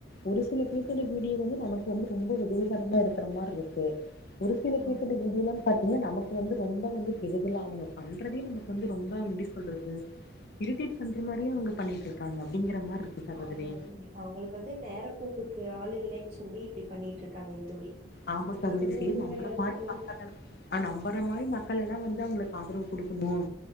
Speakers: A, on the left; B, on the right.
A: ஒரு சில பீப்பிடி வீடியோ வந்து நமக்கு வந்து ரொம்ப உதவிகரமா இருக்கிற மாதிரி இருக்கு ஒரு சில பீப்
B: ஆமாங்க.
A: பிடி வீடியோல்லாம் ப தோழி நமக்கு வந்து ரொம்ப கெடுதலா வந்து அவங்க பண்றதே நமக்கு ரொம்ப எப்டி சொல்றது இரிட்டேட் பண்ற மாதிரியே அவங்க பண்ணிட்டு இருக்காங்க அப்படிங்கிற மாதிரி இருக்கு சகோதரி
B: ஆமாங்க தோழி. அவங்களுக்கு வந்து நேரம் போக்குக்கு ஆள் இல்லைன்னு சொல்லி இப்படி பண்ணிட்டு இருக்காங்க இந்த தோழி
A: ஆமா
B: மத்தபடி
A: சகோதரி சேர்
B: ஒண்ணும்
A: நம்மள
B: கெடையாதுங்க
A: மாறி
B: தோழி.
A: பாக்க ஆஹ் நம்பற மாதிரி மக்கள் எல்லாம் வந்து அவங்களுக்கு ஆதரவு கொடுக்கணும்